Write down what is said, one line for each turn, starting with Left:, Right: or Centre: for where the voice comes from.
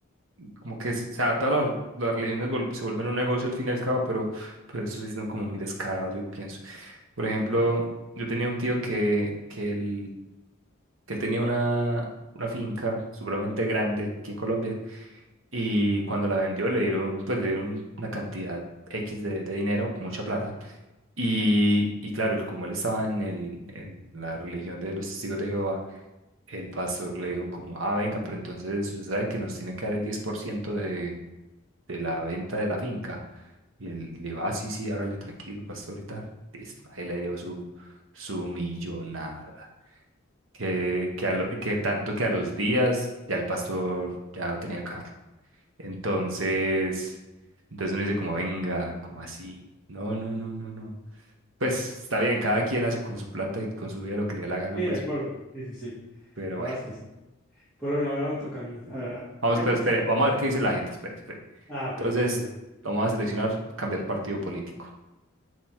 Right: como que, sí, o sea, todas las, las religiones vol- se vuelven un negocio al fin y al cabo, pero, pero eso sí son como muy descarados, yo pienso. Por ejemplo,
Centre: Sí, sí,
Right: yo tenía un tío que, que, él, que él tenía una, una finca supremamente grande aquí en Colombia y cuando la vendió le dieron, pues, le dieron una cantidad X de, de dinero, mucha plata. Y, y claro, como él estaba en, el, en la religión de los testigos de Jehová, el pastor le dijo como, ah, venga, pero entonces usted sabe que nos tiene que dar el 10% de, de la venta de la finca. Y él le dijo, ah, sí, sí, hágale tranquilo, pastor, ahorita. Listo. Ahí le dio su, su millonada. Que, que, a lo- que tanto que a los días ya el pastor ya tenía carro. Entonces, entonces uno dice como, venga, como así. No, no, no, no, no. Pues está bien, cada quien hace con su plata y con su vida lo que le dé la gana,
Centre: Sí,
Right: pues,
Centre: de acuerdo. Sí, sí, sí.
Right: pero
Centre: La
Right: bueno.
Centre: verdad es que sí. Pero bueno, ahora me toca a mí. A ver,
Right: Vamos,
Centre: ¿qué
Right: pero
Centre: prefi-
Right: espere, vamos a ver qué dice la gente, espere, espere.
Centre: Ah, ok,
Right: Entonces,
Centre: ok, ok.
Right: vamos a seleccionar cambiar partido político.